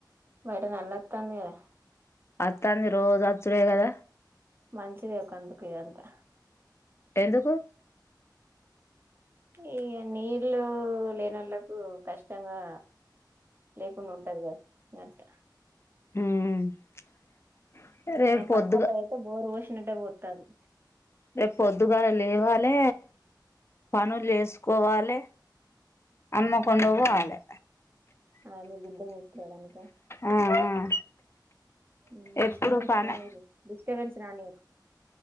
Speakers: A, on the right; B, on the left.
A: బయట నల్లత్తాంది గదా
B: ఆత్తాంది రోజ్ అచ్చుడే గదా
A: మంచిదే ఒకందుకు ఇదంతా
B: ఎందుకు
A: ఈఅ నీళ్లూ లేనోళ్లలకూ కష్టంగా లేకున్నుంటాద్ గా గంతె
B: మ్ రేపు
A: ఇగ
B: పొద్దుగా
A: పక్కొల్లయ్ ఐతే బోరు వోషినట్టే పోతాంద్
B: రేప్ పొద్దుగాల లేవాలే పనుల్ ఏసుకోవాలే హన్మకొండ వోవాలే
A: అదే బిడ్డ <inaudible>
B: ఆ ఆ
A: మ్
B: ఎప్పుడు
A: డిస్టర్బెన్స్
B: పనే
A: రానీయకు డిస్టర్బెన్స్ రానీయకు